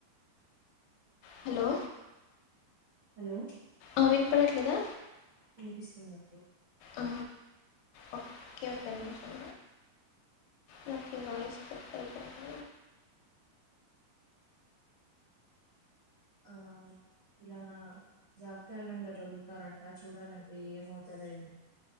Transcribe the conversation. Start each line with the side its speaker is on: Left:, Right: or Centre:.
Left: హలో
Right: హలో
Left: ఆ వినపడట్లేదా
Right: వినిపిస్తుందండి
Left: ఆ ఓకే ఓక నిమిషం నాకు ఈ వాయిస్ కట్ అవుతుంది.
Right: ఆ ఇలా జాబ్ క్యాలెండర్ వదులుతారంట చూడాలండి ఏమవుతదో ఏమో